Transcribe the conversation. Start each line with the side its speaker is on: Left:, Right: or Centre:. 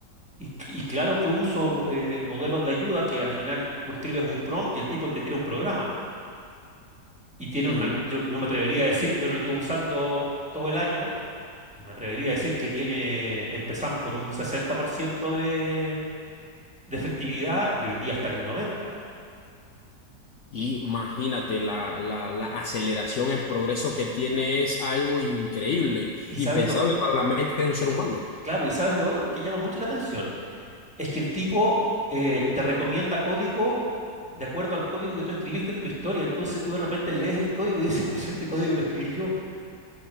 Centre: Y, y claro que uso eh, modelos de ayuda que al final tú escribes un prompt y el tipo te tira un programa. Y tiene
Left: Ujú.
Centre: una, yo, yo me atrevería a decir, yo lo llevo usando todo el año y me atrevería a decir que tiene, empezamos con un 60% de, de efectividad y hoy día está en el 90%.
Left: Y Imagínate, la, la, la aceleración en progreso que tiene es algo increíble,
Centre: Y
Left: impensable
Centre: sabes lo,
Left: para la mente de un ser humano.
Centre: claro, y sabes lo otro que llama mucho la atención, es que el tipo eh, te recomienda código de acuerdo al código que tú escribiste en tu historia. Entonces tú de repente lees el código y dices, pues este código lo escribí yo.